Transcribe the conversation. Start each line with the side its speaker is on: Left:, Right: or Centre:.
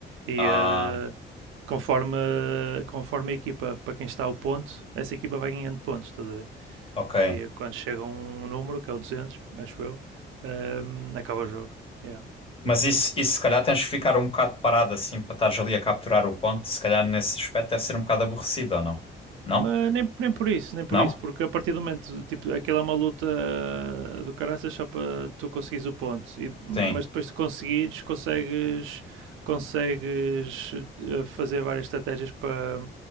Right: E
Left: ah,
Right: eh, conforme, conforme a equipa, para quem está o ponto, essa equipa vai ganhando pontos, estás a ver?
Left: ok.
Right: E quando chega um número, que é o 200, acho eu, ehm, acaba o jogo. Yeah.
Left: Mas isso, isso se calhar tens que ficar um bocado parado assim para estares ali a capturar o ponto. Se calhar nesse aspecto deve ser um bocado aborrecido, ou não? Não?
Right: Mas nem, nem por isso, nem por
Left: Não?
Right: isso, porque a partir do momento, tipo, aquela é uma luta do caraças só para tu conseguires o ponto, e, mas
Left: Sim,
Right: depois de conseguires, consegues, consegues eh, fazer várias estratégias para,